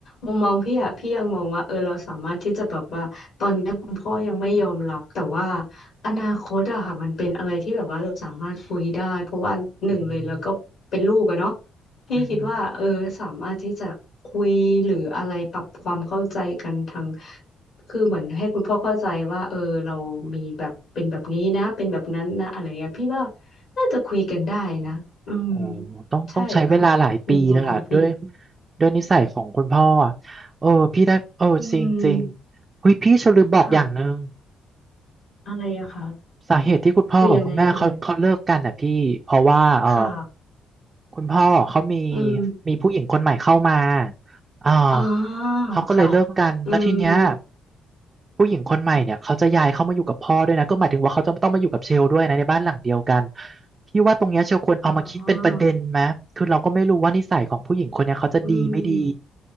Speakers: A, on the left; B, on the right.
A: มุมมองพี่อะพี่ยังมองว่าเออเราสามารถที่จะแบบว่าตอนนี้คุณพ่อยังไม่ยอมรับแต่ว่าอนาคตอะค่ะมันเป็นอะไรที่แบบว่าเราสามารถคุยได้เพราะว่าหนึ่งเลยแล้วก็เป็นลูกอะเนาะ
B: อืม
A: พี่คิดว่าเออสามารถที่จะคุยหรืออะไรปรับความเข้าใจกันทาง
B: อืม
A: คือเหมือนให้คุณพ่อเข้าใจว่าเออเรามีแบบเป็นแบบนี้นะเป็นแบบนั้นนะอะไรเงี้ยพี่ว่าน่าจะคุยกันได้นะอืม
B: โอ้ต้องต้องใช้เวลาหลายปีเลยล่ะด้วย
A: ใช่ค่ะ มุมมองของพี่
B: ด้วยนิสัยของคุณพ่ออ่ะเออพี่ได้เออจริงจริง
A: อืม
B: เฮ้ยพี่ฉันลืมบอกอย่างหนึ่ง
A: ค่ะอะไรอะคะ
B: สาเหตุที่คุณพ่อกับคุณแม่เขาเขาเลิกกันอ่ะพี่เพราะว่าเออ
A: คือยังไงเอ่ยค่ะ
B: คุณพ่อเขามี
A: อืม
B: มีผู้หญิงคนใหม่เข้ามาเออ
A: อ๋อ
B: เขาก็เลยเลิกกันแล้วทีเนี้ย
A: ค่ะอืม
B: ผู้หญิงคนใหม่เนี่ยเขาจะย้ายเข้ามาอยู่กับพ่อด้วยนะก็หมายถึงว่าเขาจะต้องมาอยู่กับเชลด้วยนะในบ้านหลังเดียวกัน
A: ค่ะ
B: พี่ว่าตรงเนี้ยเชลควรเอามาคิดเป็นประเด็นไหมคือเราก็ไม่รู้ว่านิสัยของผู้หญิงคนเนี้ยเขาจะดีไม่ดี
A: อ๋ออืม